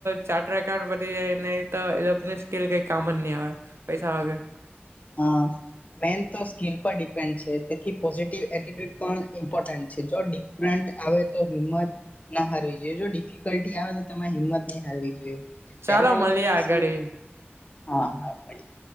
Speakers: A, on the right (about 80°); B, on the left (about 35°).
A: ચાર્ટર એકાઉન્ટ બની જાય, ન તો એ લોકોને સ્કીલ કઈ કામન નહી, આવે પૈસા વગર.
B: હા મેન તો સ્કીલ પર ડિપે ડિપેન્ડ છે, તેથી પો જેથી <unintelligible> પણ ઈમ્પોર્ટન્ટ છે, જો ડિફરેન્ટ આવે તો હિંમત ના હારવી જોઈએ, જો ડિફિકલ્ટી આવે તો તમે હિંમત ની હારવી જોઈએ, ટેકનોલોજી
A: ચાલો મળીએ
B: ના
A: આગળ
B: સમય
A: એ
B: હા ખબર પડી.